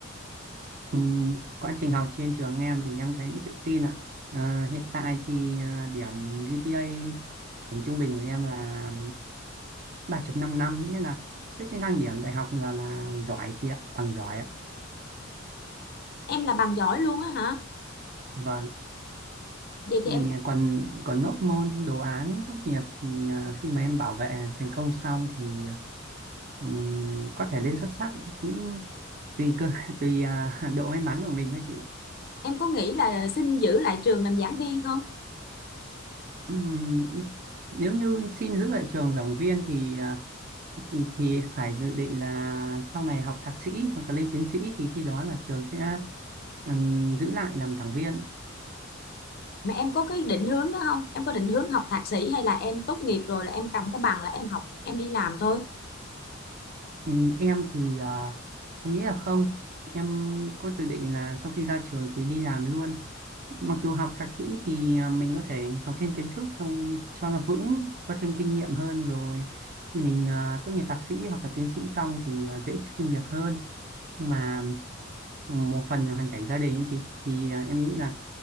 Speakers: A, on the right (about 45°); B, on the left (about 50°).
A: Ừ, quá trình học trên trường em thì em thấy cũng tự tin ạ. À, hiện tại thì à, điểm GPA điểm trung bình của em là ba chấm năm năm nghĩa là xét trên thang điểm đại học là, là giỏi chị ạ bằng giỏi ạ
B: em là bằng giỏi luôn á hả
A: vâng
B: vậy thì
A: thì
B: em
A: còn còn nốt môn đồ án tốt nghiệp thì à, khi mà em bảo vệ thành công xong thì ừm, có thể lên xuất sắc cũng tùy cơ <laughs> tùy à, độ may mắn của mình thôi chị
B: em có nghĩ là xin giữ lại trường làm giảng viên không
A: Ừm, nếu như xin giữ lại trường giảng viên thì à, thì phải dự định là sau này học thạc sĩ hoặc là lên tiến sĩ thì khi đó là trường sẽ ừm, giữ lại làm giảng viên
B: mà em có cái định hướng đó không em có định hướng học thạc sĩ hay là em tốt nghiệp rồi là em cầm cái bằng là em học em đi làm thôi
A: Ừ, em thì à, em nghĩ là không em có dự định là sau khi ra trường thì đi làm luôn mặc dù học thạc sĩ thì à, mình có thể học thêm kiến thức xong cho nó vững có thêm kinh nghiệm hơn rồi khi mình à, tốt nghiệp thạc sĩ hoặc là tiến sĩ xong thì à, dễ xin việc hơn nhưng mà ừ, một phần là hoàn cảnh gia đình ấy chị thì à, em nghĩ là